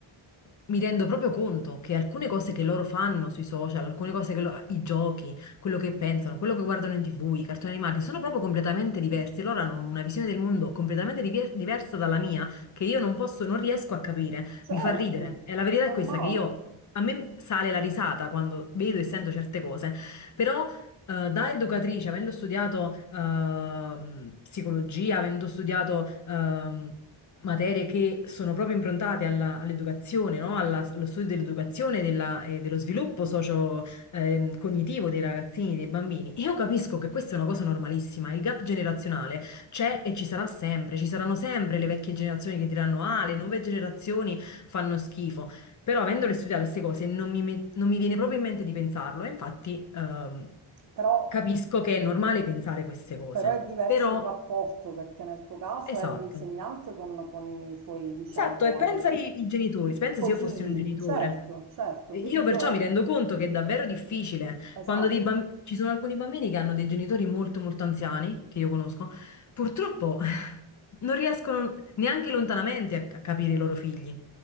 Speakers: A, on the left; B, on the right.
A: mi rendo proprio conto che alcune cose che loro fanno sui social, alcune cose che lo- i giochi, quello che pensano, quello che guardano in TV, i cartoni animati, sono proprio completamente diversi. Loro hanno una visione del mondo completamente diver- diversa dalla mia che io non posso, non riesco a capire,
B: certo,
A: mi fa ridere. E la verità
B: normale.
A: è questa, che io, a me sale la risata quando vedo e sento certe cose, però eh, da educatrice, avendo studiato ehm, psicologia, avendo studiato... ehm, Materie che sono proprio improntate alla- all'educazione, no? Alla- allo studio dell'educazione e della- e dello sviluppo socio, ehm, cognitivo dei ragazzini, dei bambini. Io capisco che questa è una cosa normalissima, il gap generazionale c'è e ci sarà sempre, ci saranno sempre le vecchie generazioni che diranno: Ah, le nuove generazioni fanno schifo. Però, avendole studiate queste cose, non mi, me- non mi viene proprio in mente di pensarlo. E infatti, ehm,
B: Però,
A: capisco che è normale pensare queste cose.
B: però è diverso
A: Però,
B: il rapporto, perché nel tuo caso
A: esatto.
B: è un insegnante con, con i suoi, diciamo,
A: Esatto, e pensa
B: alunni.
A: ai, ai genitori, pensa
B: Coi
A: se io
B: figli,
A: fossi un genitore.
B: certo, certo,
A: Io
B: quindi
A: perciò
B: io,
A: mi rendo conto che è davvero difficile
B: esatto,
A: quando dei bamb- ci sono alcuni bambini che hanno dei genitori molto molto anziani, che io conosco, purtroppo <laughs> non riescono neanche lontanamente a, a capire i loro figli.